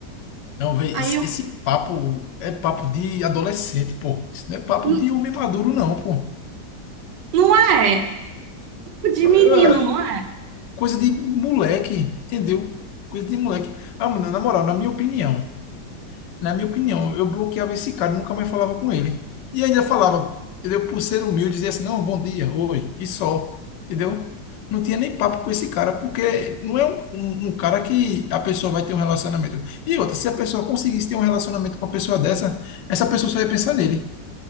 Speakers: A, on the left; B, on the right.
A: Não, velho,
B: Aí
A: esse,
B: eu,
A: esse papo é papo de adolescente, pô. Isso não é papo
B: "Hum,
A: de homem maduro, não, pô.
B: não é? Tipo De
A: É
B: menino, não é?
A: coisa de moleque, entendeu? Coisa de moleque. Ah, mano, na moral, na minha opinião. na minha opinião, eu bloqueava esse cara, e nunca mais falava com ele. E ainda falava, entendeu? Por ser humilde, dizia assim, não, bom dia, oi, e só, entendeu? Não tinha nem papo com esse cara, porque não é um, um- um cara que a pessoa vai ter um relacionamento. E outra, se a pessoa conseguisse ter um relacionamento com uma pessoa dessa, essa pessoa só ia pensar nele,